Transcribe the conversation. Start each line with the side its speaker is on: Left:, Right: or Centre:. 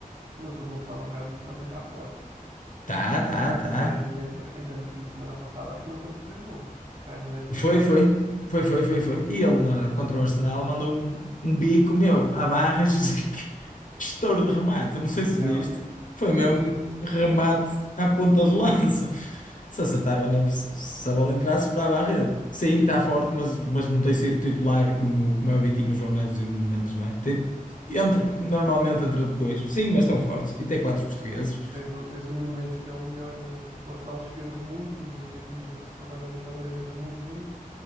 Right: mas o Gonçalo Ramos também está forte.
Left: Tá,
Right: O gajo,
Left: tá, tá.
Right: o gajo entra, ainda no fim de semana passado, acho que marcou três golos. O gajo entra
Left: Foi,
Right: e fatura.
Left: foi, foi, foi, foi, foi. E ele na, contra o Arsenal mandou um, um bico meu à barra, <laughs> Jesus, que estouro de remate, não sei se
Right: Yeah,
Left: viste.
Right: yeah,
Left: Foi
Right: yeah,
Left: mesmo
Right: vi.
Left: remate à ponta de lança. Se acertava na, se se a bola entrasse, furava a rede. Sim, está forte, mas, mas não tem sido titular como, como é o Vitinho, o João Neves e o Nuno Mendes, não é? Tem, entra,
Right: Sim, sim,
Left: normalmente
Right: sim.
Left: entra depois. Sim, mas estão fortes. E tem quatro portugueses.
Right: Sim, mas tens, o- tens o Nuno Mendes, que é o melhor eh, lateral esquerdo do mundo, tens o Vitinha, que se calhar é o melhor médio do mundo hoje,